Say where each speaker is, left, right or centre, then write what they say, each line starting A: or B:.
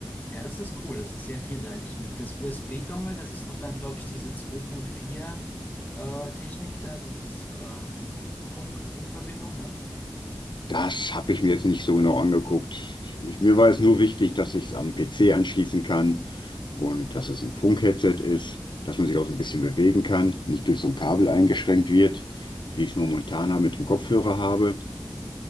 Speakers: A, on the left (about 20°); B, on the left (about 75°).
A: Ja, das ist cool. Das ist sehr vielseitig. Mit das USB-Dongle, das ist doch dann, glaube ich, diese 2.4 äh, Technik da, dieses äh, Funk, Funkverbindung, ne?
B: Das habe ich mir jetzt nicht so genau angeguckt. Ich, mir war es nur wichtig, dass ich es am PC anschließen kann und dass es ein Funkheadset ist, dass man sich auch so ein bisschen bewegen kann, nicht durch so ein Kabel eingeschränkt wird, wie ich es momentan mit dem Kopfhörer habe.